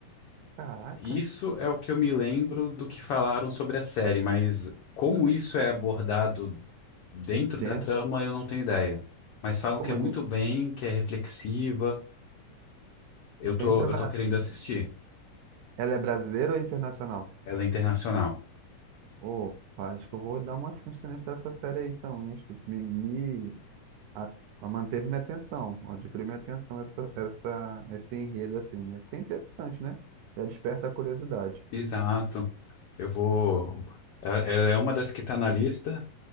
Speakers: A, on the right; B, on the left.
A: Caraca,
B: Isso é o que eu me lembro do que falaram sobre a série, mas como isso é abordado dentro
A: dentro.
B: da trama, eu não tenho ideia. Mas falam
A: Pô,
B: que
A: mas
B: é muito bem, que é reflexiva. Eu
A: bem
B: tô,
A: trabalhado.
B: eu tô querendo assistir.
A: Ela é brasileira ou é internacional?
B: Ela é internacional.
A: Ô, pá, acho que eu vou dar uma chance também pra essa série aí, então. hein? Acho que me, me a- a- manteve minha atenção, adquiriu minha atenção essa, essa, esse enredo, assim, né? Que é interessante, né? Já desperta a curiosidade.
B: Exato. Eu vou. Ela, ela é uma das que tá na lista,